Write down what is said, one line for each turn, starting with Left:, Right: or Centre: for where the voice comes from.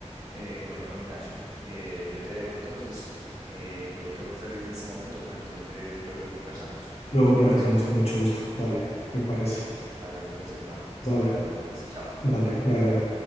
Right: Eh, bueno, Ignacio, eh, yo te dejo entonces. Eh, yo tengo que salir en este momento, pero entonces luego conversamos.
Left: Luego
Right: ¿Te
Left: platicamos
Right: parece?
Left: con mucho gusto. Vale, me parece.
Right: Hágale pues, hermano. Estamos
Left: Vale,
Right: hablando pues. Chao.
Left: vale, bye, bye.